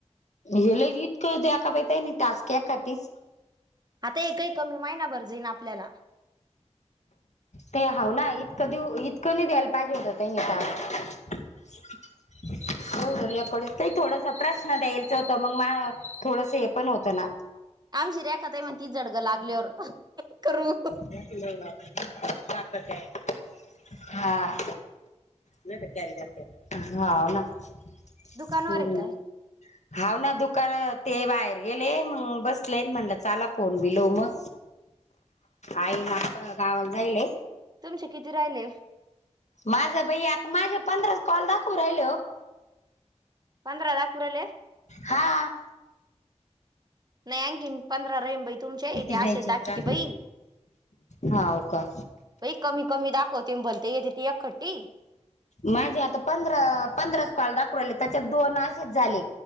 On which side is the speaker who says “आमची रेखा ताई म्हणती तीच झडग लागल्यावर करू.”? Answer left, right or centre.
Right